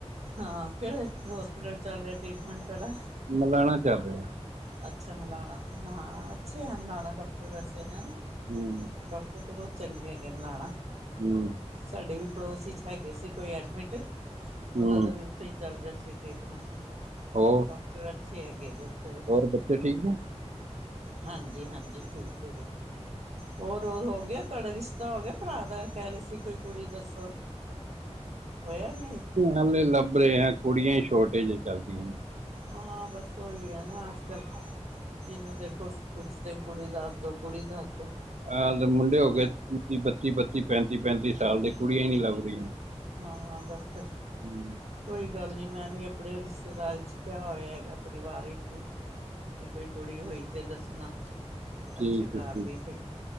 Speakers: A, on the right; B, on the right.
A: ਹਾਂ ਕੇੜੇ ਹੋਸਪਿਟਲ ਚੱਲ ਰਯਾ ਟ੍ਰੀਟਮੈਂਟ ਤੁਵਾਡਾ?
B: ਮੌਲਾਨਾ ਚੱਲ ਰਯਾ।
A: ਅੱਛਾ, ਮੌਲਾਨਾ ਹਾਂ ਅੱਛੇ ਹੈ ਮੌਲਾਨਾ ਡਾਕਟਰ ਵੈਸੇ ਹੈਣਾ?
B: ਹੂੰ
A: ਓਥੇ ਬਹੁਤ ਚੰਗੇ ਹੈਗੇ ਮੌਲਾਨਾ।
B: <unintelligible>
A: ਸਾਡੇ ਵੀ ਪੜੋਸ ਚ ਹੈਗੇ ਸੀ ਕੋਈ ਐਡਮਿਟ ਉਹਨਾਂ
B: ਹੂੰ
A: ਦਾ ਵੀ ਉੱਥੇ ਈ ਚੱਲ ਰਿਹਾ ਸੀ, ਟ੍ਰੀਟਮੈਂਟ
B: ਹੋ
A: ਡਕਟਰ ਅੱਛੇ ਹੈਗੇ, ਉਥੇ ਦੇ।
B: ਬੱਚੇ ਠੀਕ ਨੇ
A: ਹਾਂਜੀ -ਹਾਂਜੀ ਠੀਕ ਹੈਗੇ, ਹੋਰ ਉਹ ਹੋ ਗਿਆ। ਤੁਹਾਡਾ ਰਿਸ਼ਤਾ ਹੋ ਗਿਆ ਭਰਾ ਦਾ, ਕਹਿ ਰਹੇ ਸੀ ਕੋਈ ਕੁੜੀ ਦੱਸੋ ਹੋਇਆ ਨਹੀਂ
B: ਹਾਲੇ ਲੱਭ ਰਹੇ ਆ। ਕੁੜੀਆਂ ਹੀ ਸ਼ੋਰਟੇਜ ਚੱਲਦੀਆਂ ਨੇ,
A: ਹਾਂ, ਬਸ ਉਹੀ ਆ ਨਾ ਅੱਜ- ਕੱਲ, ਜਿਹਨੂੰ ਦੇਖੋ ਕੁਛ ਤੇ ਕੁੜੀ ਦੱਸ ਦੋ ਕੁੜੀ ਦੱਸ ਦੋ
B: ਆਹ ਤੇ ਮੁੰਡੇ ਹੋ ਗਏ
A: ਹਾਂ
B: ਬੱਤੀ -ਬੱਤੀ, ਪੈਂਤੀ -ਪੈਂਤੀ ਸਾਲ ਦੇ, ਕੁੜੀਆਂ ਹੀ ਨੀ ਲੱਭ ਰਹੀਆਂ।
A: ਹਾਂ-ਹਾਂ ਬੱਸ
B: ਹੂੰ
A: ਕੋਈ ਗੱਲ ਨੀ ਮੈਂ ਵੀ ਆਪਣੇ ਰਿਸ਼ਤੇਦਾਰੀ 'ਚ ਕਿਆ ਹੋਇਆ ਹੈਗਾ। ਪਰਿਵਾਰ ਵਿੱਚ ਵੀ ਵੀ ਕੋਈ ਕੁੜੀ ਹੋਈ ਤੇ ਦੱਸਣਾ
B: ਠੀਕ
A: ਅੱਛਾ ਘਰ
B: ਹੈ ਠੀਕ
A: ਦੀ ਤੇ,